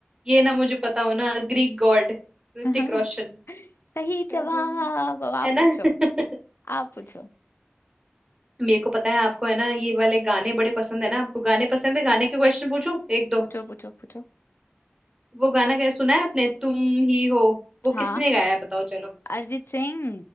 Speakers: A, on the right; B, on the left.
A: ये ना मुझे पता हो ना ग्रीक गॉड ऋतिक
B: <laughs>
A: रोशन
B: सही
A: क्या
B: जवाब
A: हो
B: अब आप
A: है
B: पूछो
A: ना <laughs>
B: आप पूछो
A: मेरे को पता है आपको है ना ये वाले गाने बड़े पसंद है ना आपको गाने पसंद है गाने के क्वेश्चन पूछूं एक दो
B: पूछो पूछो पूछो
A: वो गाना क्या सुना है आपने तुम ही हो वो
B: हाँ
A: किसने गाया है बताओ चलो
B: Arijit Singh